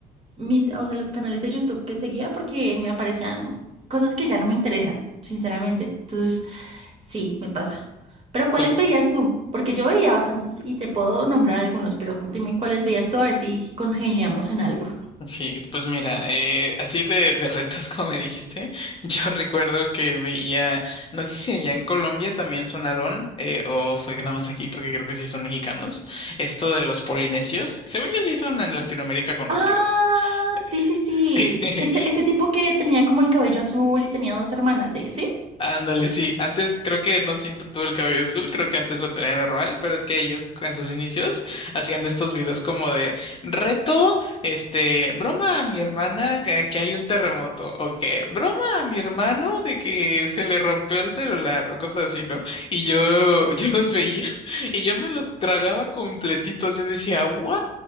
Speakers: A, on the right; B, on the left.
A: mis, o sea, los canales de YouTube que seguía porque me aparecían cosas que ya no me interesan, sinceramente. Entonces, sí, me pasa. Pero ¿cuáles
B: Pues
A: veías tú? Porque yo veía bastantes y te puedo nombrar algunos, pero dime cuáles veías tú a ver si congeniamos en algo.
B: Sí, pues mira, eh, así de, de retos <laughs> como me dijiste, <laughs> yo recuerdo que veía, no sé si allá en Colombia también sonaron, eh, o fue que nada más aquí, porque creo que sí son mexicanos, esto de los polinesios, según yo sí son en Latinoamérica conocidos.
A: Ah, sí,
B: Eh,
A: sí, sí.
B: <laughs>
A: Este, este tipo que tenía como el cabello azul y tenía dos hermanas, ¿sí? ¿Sí?
B: Ándale, sí. Antes creo que no siempre tuvo el cabello azul, creo que antes lo tenía normal, pero es que ellos en sus inicios hacían de estos videos como de reto, este, broma a mi hermana que, que hay un terremoto, o que broma a mi hermano de que se le rompió el celular, o cosas así, ¿no? Y yo, <laughs> yo los veía <laughs> y yo me los tragaba completitos. Yo decía, wow,